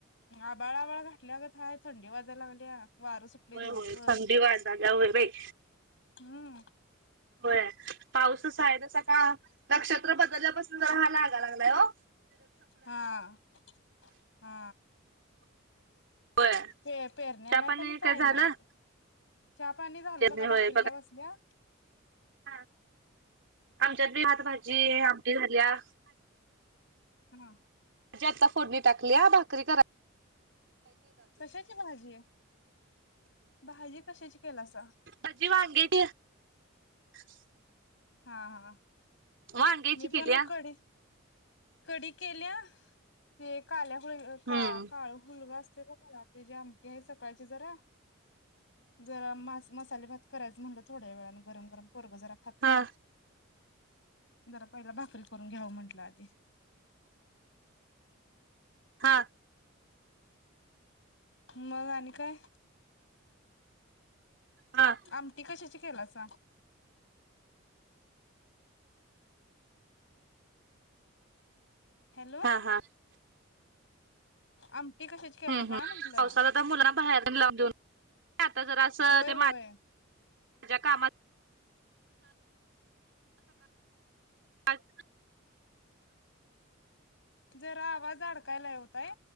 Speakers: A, on the left (about 60°); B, on the right (about 60°).
A: आबाळ आबाळ घातल्या गत हाय थंडी वाजा लागल्या. वारं सुटलय
B: होय
A: दिवसभर
B: होय. थंडी वाजाल्या, व्हय बाई.
A: हम्म.
B: व्हय. पाऊसच हाय तसा, का नक्षत्र बदलल्यापासून जरा हा लागा लागलाय ओ.
A: हा. हा.
B: होय
A: ते पेरण्या
B: चहा
A: नाइत,
B: पाणी
A: आणि काय
B: झालं
A: नाइत. चहा-पाणी झालं
B: पेरणी
A: बघा,
B: होय
A: भाकरीला बसलोय.
B: हा आमच्यात बी भात, भाजी, आमटी झाल्या.
A: हा.
B: जी आता फोडणी टाकल्या, भाकरी करा
A: कशाची भाजीये? भाजी कशाची केलासा?
B: भाजी <unintelligible>
A: हा हा.
B: वांग्याची
A: मी
B: केलीया.
A: पण कडी कडी केल्या, ते काल्या हु का
B: हम्म.
A: काळ हुलग अस <unintelligible> आमठी हाय सकाळची जरा जरा मास मसाले भात करायच म्हणलं, थोड्या वेळान गरम-गरम पोरग जरा खाताय.
B: हा
A: जरा पहिला भाकरी करून घ्याव म्हंटलं आधी
B: हा.
A: मग आणि काय
B: हा
A: आमटी कशाची केलासा हॅलो
B: हा हा.
A: आमटी कशाची केलासा
B: हम् हम्
A: म्हंटलं
B: पावसाला तर मुलांना बाहेर लावून देऊन आता जरा असं
A: होय
B: ते
A: होय
B: मा माझ्या कामात <inaudible>
A: जरा आवाज अडकायला व ताई.